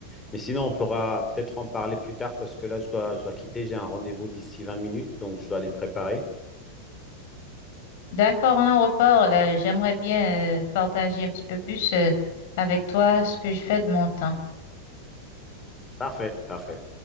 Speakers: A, on the left; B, on the left.
A: Mais sinon, on pourra peut-être en parler plus tard parce que là, je dois, je dois quitter. J'ai un rendez-vous d'ici 20 minutes, donc je dois aller me préparer.
B: D'accord, on en reparle. J'aimerais bien euh, partager un petit peu plus euh, avec toi ce que je fais de mon temps.
A: Parfait, parfait.